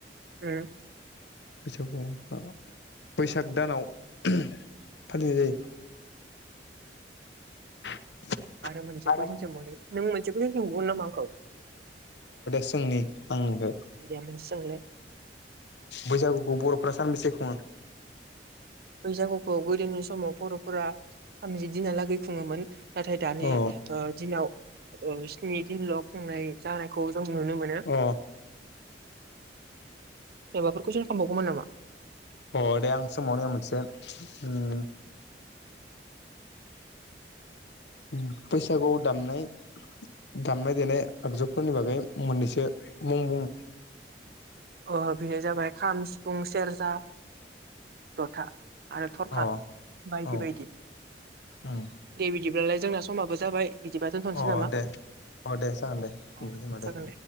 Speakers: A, on the right (about 60°); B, on the left (about 75°).
A: उम।
B: बैसागुआव हाबाब बैसाग दानाव ओम फालिनाय जायो।
A: उम
B: अ
A: आरो मोनसेखौ
B: दे।
A: जों सोंबावनि नों मोनसेखौ जों सोंबावगोन नामा आंखौ
B: जोंनि आंगो
A: दे मोनसे सोंलाय
B: बैसागुखौ बर' फ्रा सानबैसे खुङो।
A: बैसागुखौ गोदोनि समाव बर'फोरा थामजि दिनाहा लागै खुङोमोन। नाथाय दानि
B: अ
A: ओ दिनाव ओ स्नि दिनल' खुंनाय जानायखौ जों नुनो मोनो।
B: अ
A: माबाफोरखौ कुइसन खामबावगौमोन नामा?
B: अ दे आं सोंबावनि मोनसे उम। ओम बैसागुआव दामनाय दामनाय-देनाय आगजुफोरनि बागै मोननैसो मुं बुं
A: ओ बेयो जाबाय खाम, सिफुं, सेरजा, जथा आरो थरखा
B: अ
A: बायदि-बायदि।
B: औ उम
A: दे बिदिब्लालाय जोंना समाबो जाबाय बिदिबा दोनथ'नोसै
B: अ
A: नामा
B: दे अ दे जागोन दे
A: अ
B: दोननि खोमा दे।
A: जागोन